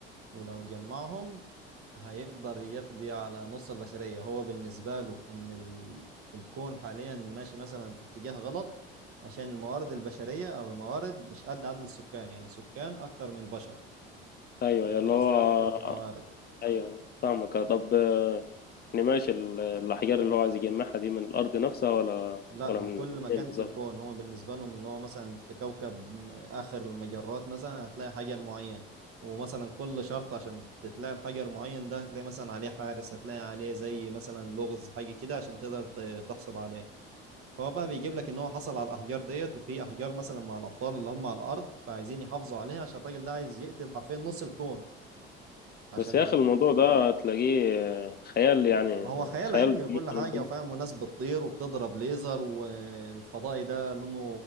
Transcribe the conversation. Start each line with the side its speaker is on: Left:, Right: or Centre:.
Right: ولو جمعهم هيقدر يقضي على نص البشرية هو بالنسبة له إن ال... الكون حاليا ماشي مثلا في اتجاه غلط عشان الموارد البشرية أو الموارد مش قد عدد السكان يعني السكان أكتر من البشر
Left: ايوه
Right: إيه،
Left: اللي
Right: قصدي
Left: هو
Right: أكتر من الموارد
Left: ايوه فاهمك طب يعني ماشي ال- الاحجار اللي هو عايز يجمعها دي من الارض نفسها ولا
Right: لا
Left: ولا
Right: من
Left: من
Right: كل مكان
Left: فين بالظبط
Right: في الكون هو بالنسبة لهم اللي هو مثلا في كوكب م- آخر المجرات مثلا هتلاقي حجر معين ومثلا كل شرط عشان تلاقي الحجر معين ده هتلاقي مثلا عليه حارس هتلاقي عليه زي مثلا لغز حاجة كده عشان تقدر ت- تحصل عليه فهو بقى بيجيب لك ان هو حصل على الاحجار ديت وفي احجار مثلا مع الابطال اللي هم على الارض فعايزين يحافظوا عليها عشان الراجل ده عايز يقتل حرفيا نص الكون عشان
Left: بس يا اخي الموضوع ده هتلاقيه خيال يعني
Right: ما هو خيال
Left: خيال
Right: علمي وكل حاجه
Left: بالنسبة لل-
Right: وفاهم وناس بتطير وبتضرب ليزر والفضائي ده لونه